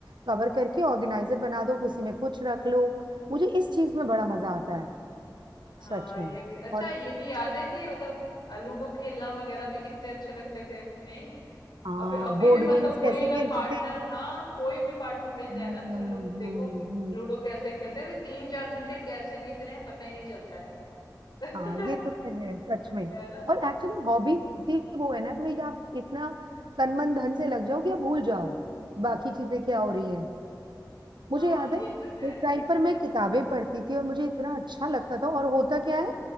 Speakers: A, on the right; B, on the left.
A: कवर करके ऑर्गेनाइजर बना दो उसी में कुछ रख लो मुझे इस चीज में बड़ा मजा आता है
B: हाँ
A: सच में
B: ये भी अच्छा
A: और
B: ये भी याद है कि मतलब अ, लूडो खेलना वगैरह भी कितने अच्छे लगते थे नहीं
A: हाँ
B: अभी अभी
A: बोर्ड
B: भी मतलब
A: गेम्स
B: कोई
A: कैसे
B: अगर
A: खेलते
B: पार्टनर
A: थे
B: हाँ कोई भी पार्टनर मिल
A: हम्म
B: जाए ना
A: हम्म,
B: तो लू देखो
A: हम्म।
B: लूडो कैसे खेलते हैं भाई तीन चार घंटे कैसे बीत रहे हैं पता ही नहीं चलता है
A: हाँ ये
B: <laughs>
A: तो फिर है सच में
B: है ना
A: और एक्चुअली हॉबी होती ही वो है ना कि भाई आप इतना तन मन धन से लग जाओ कि आप भूल जाओ बाकी चीजें क्या हो रही हैं। मुझे
B: हाँ
A: याद है
B: ये तो है
A: एक टाइम पर मैं किताबें पढ़ती थी और मुझे इतना अच्छा
B: हम्म
A: लगता था और होता क्या है